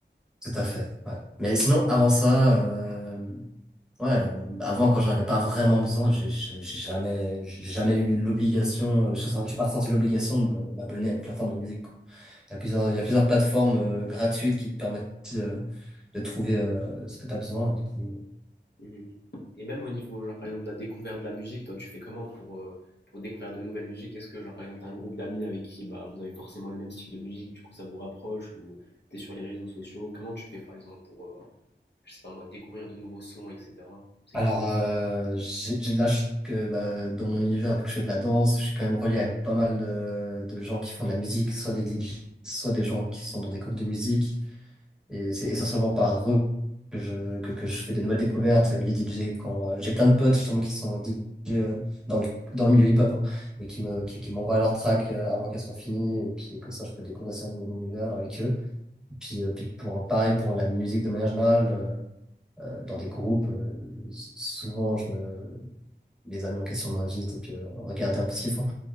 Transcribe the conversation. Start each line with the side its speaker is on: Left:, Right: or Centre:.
Centre: Tout à fait, ouais. Mais sinon, avant ça, euh, ouais, avant quand j'en avais pas vraiment besoin, j'ai j'ai- j'ai jamais, j'ai jamais eu l'obligation, euh, je sens- j'ai pas ressenti l'obligation de me- m'abonner à une plateforme de musique, quoi. Il y a plusieurs, il y a plusieurs plateformes euh, gratuites qui te permettent de, de trouver euh, ce que tu as besoin. Du coup.
Left: Mhm. Et même au niveau, genre, par exemple, de la découverte de la musique, toi, tu fais comment pour, euh, pour découvrir de nouvelles musiques? Est-ce que, genre, par exemple, t'as un groupe d'amis avec qui, bah, vous avez forcément le même style de musique, du coup, ça vous rapproche, ou t'es sur les réseaux sociaux? Comment tu fais, par exemple, pour, euh, je sais pas moi, découvrir de nouveaux sons, etc. C'est
Centre: Alors, euh, j'ai j'ai de la chance que bah, dans mon univers, vu que je fais de la danse, je suis quand même relié à pas mal de, de gens qui font de la musique, soit des DJ, soit des gens qui sont dans des groupes de musique. Et c'est essentiellement par eux que je, que, que je fais des nouvelles découvertes. euh, Les DJ, quand euh, j'ai plein de potes justement qui sont DJ euh, dans le, dans le milieu hip-hop, hein, mais qui me, qui, qui m'envoient leurs tracks euh, avant qu'elles soient finies. Et puis comme ça, je peux découvrir aussi un nouvel univers avec eux. Puis, euh, puis pour, pareil pour la musique de manière générale, euh, euh, dans des groupes, euh, s- souvent je me, les amis en question m'invitent et puis euh, regarder un peu ce qu'ils font.